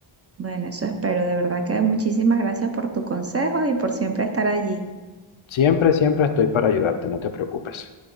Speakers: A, on the right; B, on the left.
A: Bueno, eso espero. De verdad que muchísimas gracias por tu consejo y por siempre estar allí.
B: Siempre, siempre estoy para ayudarte, no te preocupes.